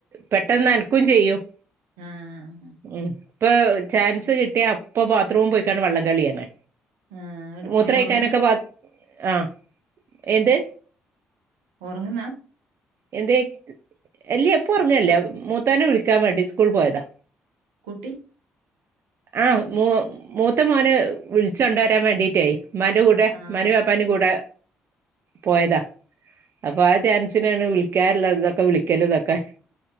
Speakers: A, on the right (about 50°); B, on the right (about 75°).
A: പെട്ടെന്ന് അനക്കും ചെയ്യും
B: ആഹ്
A: ഉം ഇപ്പൊ ചാൻസ് കിട്ടിയാ അപ്പൊ ബാത്രൂമ് പോയിക്കാണ്ട് വെ ള്ളംകളിയാണ്
B: ആഹ് അങ്ങട്
A: മൂത്രയിക്കാനൊക്കെ
B: പോയി ഒറങ്ങുന്ന
A: പ ആഹ് എന്ത്
B: ഒറങ്ങ്ന്ന
A: എന്തേയ് അല്ലി ഇപ്പൊഉ റങ്ങേ ല്ല മൂത്താനെ വിളിക്കാൻ വേണ്ടി സ്കൂൾ പോയതാ
B: കുട്ടി
A: ആഹ് മൂ മൂത്ത മോന് വിളിച്ചു കൊണ്ടുവരാൻ വേണ്ടിട്ടെ മ്മാന്റെ കൂടെ
B: ആഹ്
A: ഇമ്മന്റേം വാപ്പന്റേം കൂടെ പോയതാ അപ്പൊ ആ ചാൻസിനാണ് വിളിക്കാറുള്ളതൊക്കെ വിളിക്കല് ഇതൊക്കെ